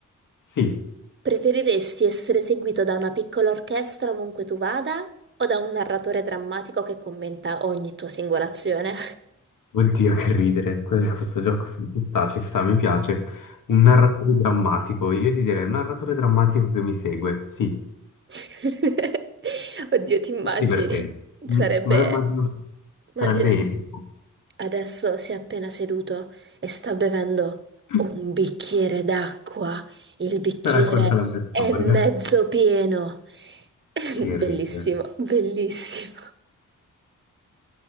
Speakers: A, on the left; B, on the right.
A: Sì,
B: Preferiresti essere seguito da una piccola orchestra ovunque tu vada o da un narratore drammatico che commenta ogni tua singola azione?
A: oddio che ridere, que- questo gioco ci sta, ci sta, mi piace. Un narratore drammatico, io ti direi un narratore drammatico che mi segue, sì,
B: <laughs> Oddio, ti immagini?
A: divertente. Mm,
B: Sarebbe...
A: Me lo immagino, sarebbe
B: Immagina,
A: epico.
B: adesso si è appena seduto e sta bevendo
A: <laughs>
B: un bicchiere d'acqua. Il bicchiere
A: Racconta la mia storia.
B: è mezzo pieno. <laughs>
A: Che
B: Bellissimo,
A: ridere.
B: bellissimo.